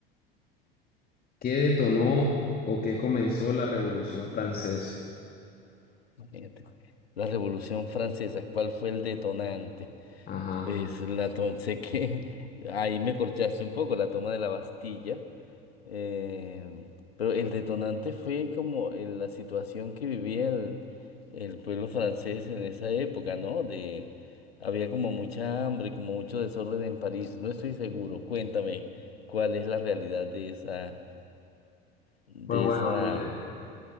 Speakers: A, on the left; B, on the left.
A: ¿Qué detonó o qué comenzó la Revolución Francesa?
B: imagínate. La Revolución Francesa, ¿cuál fue el detonante?
A: Ajá.
B: Es la to- sé que <laughs> ahí me corchaste un poco la toma de la Bastilla, eh, pero el detonante fue como el- la situación que vivía el, el pueblo francés en esa época, ¿no? De había como mucha hambre, como mucho desorden en París. No estoy seguro. Cuéntame cuál es la realidad de esa de
A: Pues bueno,
B: esa
A: mira,